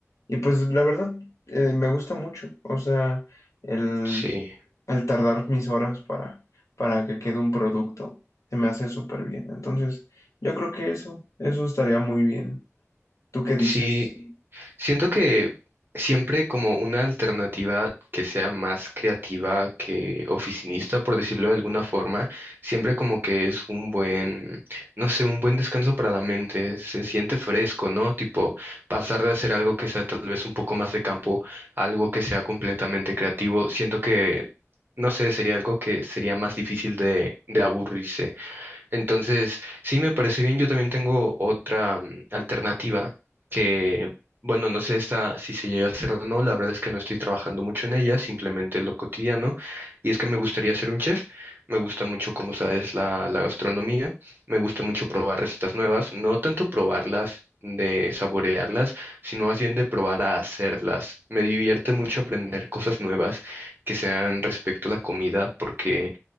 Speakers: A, on the left; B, on the right.
A: y pues la verdad, eh, me gusta mucho. O sea, el,
B: sí.
A: el tardar mis horas para, para que quede un producto, se me hace súper bien. Entonces, yo creo que eso, eso estaría muy bien. ¿Tú qué dices?
B: Sí, Siento que siempre como una alternativa que sea más creativa que oficinista, por decirlo de alguna forma, siempre como que es un buen, no sé, un buen descanso para la mente, se siente fresco, ¿no? Tipo, pasar de hacer algo que sea tal vez un poco más de campo, a algo que sea completamente creativo, siento que, no sé, sería algo que sería más difícil de, de aburrirse. Entonces, sí me parece bien. Yo también tengo otra mm, alternativa que, bueno, no sé esta, si se llega a hacer o no. La verdad es que no estoy trabajando mucho en ella, simplemente es lo cotidiano. Y es que me gustaría ser un chef. Me gusta mucho, como sabes, la, la gastronomía. Me gusta mucho probar recetas nuevas. No tanto probarlas, de saborearlas, sino más bien de probar a hacerlas. Me divierte mucho aprender cosas nuevas que sean respecto a la comida porque